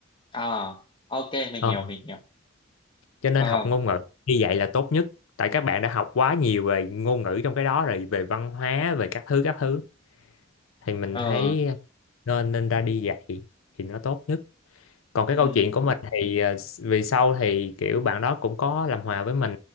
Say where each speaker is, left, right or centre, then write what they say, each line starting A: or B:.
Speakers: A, on the left; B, on the left.
A: ờ ok mình
B: ờ.
A: hiểu mình hiểu
B: cho nên
A: ờ
B: học ngôn ngữ đi dạy là tốt nhất tại các bạn đã học quá nhiều về ngôn ngữ trong cái đó rồi về văn hóa về các thứ các thứ thì mình
A: ờ
B: thấy ờ, nên nên ra đi dạy thì nó tốt nhất còn
A: ừm,
B: cái câu chuyện của mình thì ờ, vì sau thì kiểu bạn đó cũng có làm hòa với mình